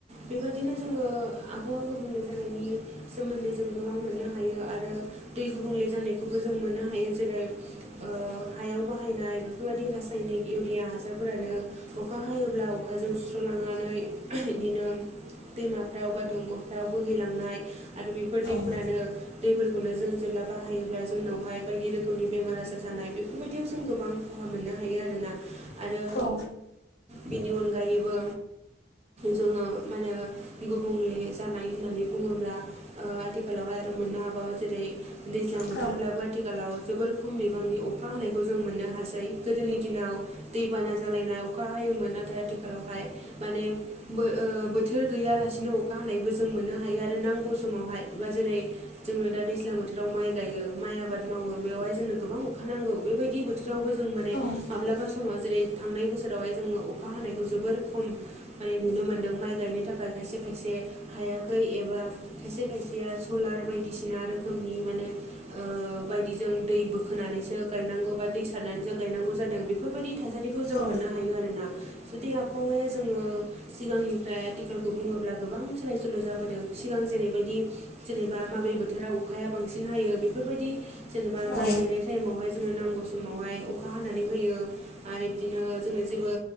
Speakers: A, on the right; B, on the left.
A: बेबायदिनो जोङो आबहावा गुबुंले जानायनि सोमोन्दै जों गोबां मोननो हायो। आरो दै गुबुंले जानायखौबो जों मोननो हायो जेरै ओ हायाव बाहायनाय बेफोरबायदि रासायनिक इउरिया हासारफोरानो अखा हायोब्ला अखाजों सुस्र'लांनानै बिदिनो दैमाफ्राव बा दंग'फ्राव बोहैलांनाय आरो बेफोर दैफोरानो
B: औ
A: दैफ खौनो जों जेब्ला बाहायोब्ला जोंनावहाय बायदि रोखोमनि बेमार आजार जानाय बेफोरबायदियाव जों गोबां खहा मोनो हायो आरोना आरो
B: औ
A: बिनि अनगायैबो जोङो मानो गुबुंले जानाय होननानै बुङोब्ला ओ आथिखालावहाय मोननो हाबावो जेरै दैज्लां बोथोरब्लाबो
B: औ
A: आथिखालाव जोबोर खम बिबांनि अखा हानायखौ जों मोननो हासै। गोदोनि दिनाव दैबाना जालायनाय अखा हायोमोन नाथाय आथिखालावहाय माने ओ बोथोर गैयालासेनो अखा हानायबो जों मोननो हायो आरो नांगौ समावहाय एबा जेरै जोंनो दा दैज्लां बोथोराव माइ गायो माइ आबाद मावो बेवहाय जोंनो गोबां अखा नांगौ बेबायदि बोथोरावबो जों माने
B: औ
A: माब्लाबा समाव जेरै थांनाय बोसोरावहाय जोङो अखा हानाय खौ जोबोर खम माने नुनो मोन्दों माइ गायनो थाखाय खायसे खायसे हायाखै एबा खायसे खायसे सलार बायदिसिना रोखोमनि माने ओ बायदिजों दै बोखोनानैसो गायना गौ बा दै सारनानैसो गायनांगौ जादों बेफोरबायदि थासारिखौ जों
B: औ
A: मोननो हायो आरोना। जुदि आबहावाया जोङो सिगांनिफ्राय आथिखालखौ बुङोब्ला गोबां सोलाय सोल' जाबोदों सिगां गां जेरैबायदि जेनेबा माबे बोथोराव अखाया बांसिन हायो बेफोरबायदि जेनेबा
B: औ
A: माइ गायनाय टाइमावहाय जोंनो नांगौ समावहाय अखा हानानै होयो आरो बिदिनो जोंनो जेबो